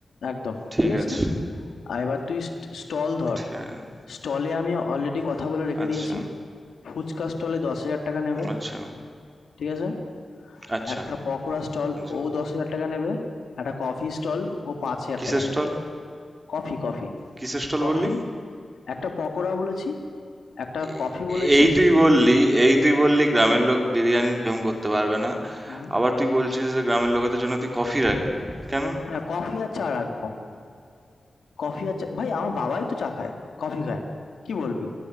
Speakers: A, on the left; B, on the right.
A: একদম
B: ঠিক
A: ঠিক আছে
B: আছে
A: আর এবার তুই স্টল ধর
B: ঠিক-
A: স্টলে আমি অলরেডি কথা বলে রেখে
B: আচ্ছা
A: দিয়েছি ফুচকা স্টলে দশ হাজার টাকা নেবে
B: আচ্ছা
A: ঠিক আছে
B: আচ্ছা
A: একটা পকোড়া স্টল
B: আচ্ছা।
A: ও দশ হাজার টাকা নেবে একটা কফি স্টল ও পাঁচ হাজার
B: কিসের
A: টাকা নেবে
B: স্টল
A: কফি কফি
B: কিসের স্টল
A: কফি
B: বললি
A: একটা পকোড়া বলেছি একটা
B: এ-
A: কফি বলেছি
B: এই তুই বললি এই তুই বললি গ্রামের লোক বিরিয়ানি হজম করতে পারবে না
A: হুম,
B: আবার তুই বলছিস যে গ্রামের লোকেদের জন্য তুই কফি রাখবি কেন
A: হ্যাঁ কফি আর চা রাখবো কফি আর চা ভাই আমার বাবাই তো চা খায় কফি খায় কি বলবি